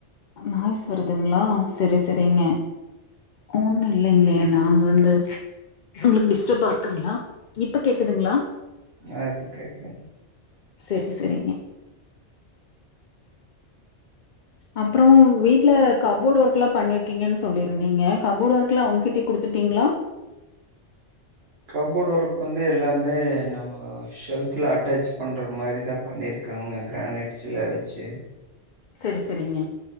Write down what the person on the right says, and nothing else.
ஆ இப்ப கேக்குதுங்
கப்போர்ட் ஒர்க் வந்து எல்லாமே நம்ம செவுத்துல அட்டாச் பண்ற மாரி தா பண்ணிருக் கு அவ்ங்க கிரானைட்ஸ்ல வச்சு